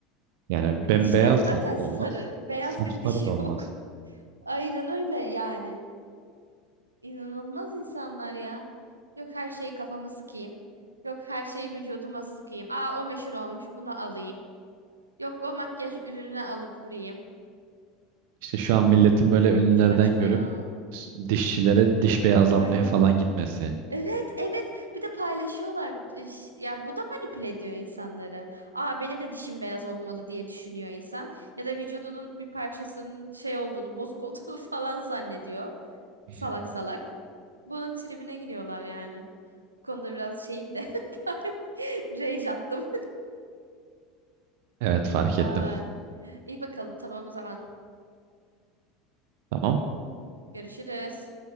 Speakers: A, on the right; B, on the right.
A: Yani
B: Yani
A: bembeyaz
B: dişler zaten
A: da olmaz
B: sarı. Beyaz
A: sapsarı
B: bir dişi
A: da olmaz.
B: yok. <laughs> Aynen öyle yani. İnanılmaz insanlar ya. Yok her şeyi kafama sıkayım. Yok her şeyi vücuduma sıkayım. Aa o meşhur olmuş buna alayım. Yok o makyaj ürününe alıp vurayım.
A: İşte şu an milletin böyle ünlülerden
B: Saçma
A: görüp
B: ya.
A: s- dişçilere diş beyazlatmaya
B: Aynen.
A: falan gitmesi.
B: Evet, evet. Bir de paylaşıyorlar. İş- Ya bu da manipüle ediyor insanları. Aa benim de dişim beyaz olmalı diye düşünüyor insan. Ya da vücudunun bir parçasının şey olduğunu, bozuk olduğunu <laughs> falan zannediyor.
A: <laughs>
B: Salak salak. Bunun tribine giriyorlar yani. Bu konuda biraz şeyim de <laughs> rage attım.
A: Evet fark
B: Aa,
A: ettim.
B: iyi bakalım tamam o zaman.
A: Tamam.
B: Görüşürüz.